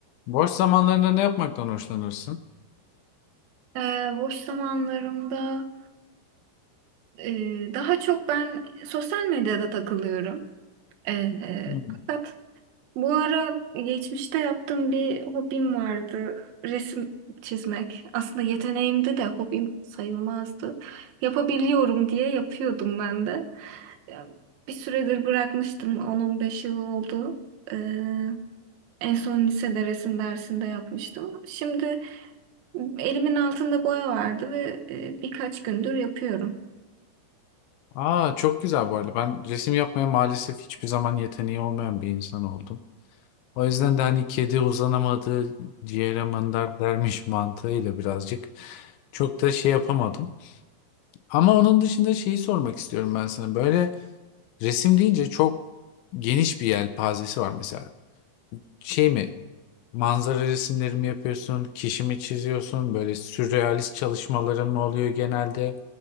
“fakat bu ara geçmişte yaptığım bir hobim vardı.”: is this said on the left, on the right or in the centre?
Right